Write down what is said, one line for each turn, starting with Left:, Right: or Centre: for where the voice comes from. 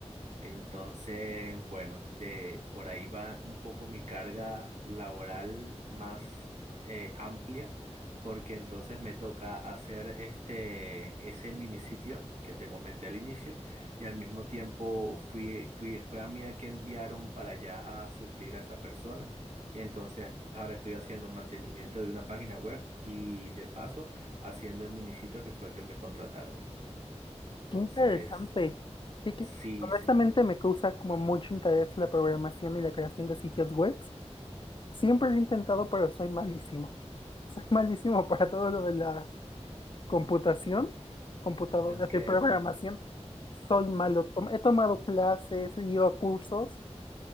Right: Entonces, bueno, de por ahí va un poco mi carga laboral más eh, amplia, porque entonces me toca hacer este ese mini sitio que te comenté al inicio, y al mismo tiempo fui, fui, fue a mí a que enviaron para allá a suplir a esa persona. Y entonces ahora estoy haciendo mantenimiento de una página web y de paso haciendo el mini sitio que fue que me contrataron.
Left: qué
Right: Entonces,
Left: interesante. Qué- qué-
Right: sí,
Left: Honestamente
Right: sí.
Left: me causa como mucho interés la programación y la creación de sitios web. Siempre lo he intentado, pero soy malísimo. Soy malísimo <laughs> para todo lo de la computación, computadoras
Right: Ok.
Left: y programación. Soy malo. Tom- He tomado clases, he ido a cursos,